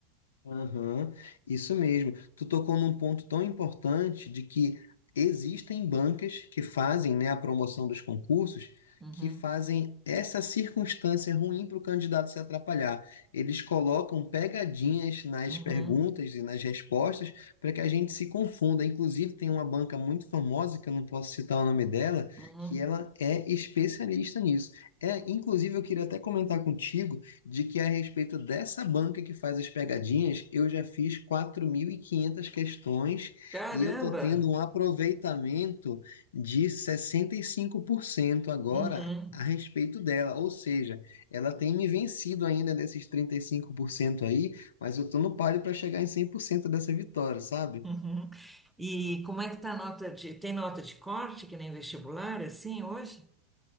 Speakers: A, on the left; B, in the centre.
A: Aham, isso mesmo. Tu tocou num ponto tão importante de que existem bancas que fazem, né, a promoção dos concursos,
B: Uhum,
A: que fazem essa circunstância ruim para o candidato se atrapalhar. Eles colocam pegadinhas nas
B: uhum,
A: perguntas e nas respostas para que a gente se confunda. Inclusive, tem uma banca muito famosa, que eu não posso citar o nome dela,
B: uhum.
A: que ela é especialista nisso. É, inclusive, eu queria até comentar contigo de que a respeito dessa banca que faz as pegadinhas, eu já fiz 4.500 questões
B: Caramba!
A: e eu tô tendo um aproveitamento de 65% agora
B: Uhum,
A: a respeito dela, ou seja, ela tem me vencido ainda desses 35% aí, mas eu tô no páreo para chegar em 100% dessa vitória, sabe?
B: uhum. E como é que tá a nota de... Tem nota de corte, que nem vestibular, assim, hoje?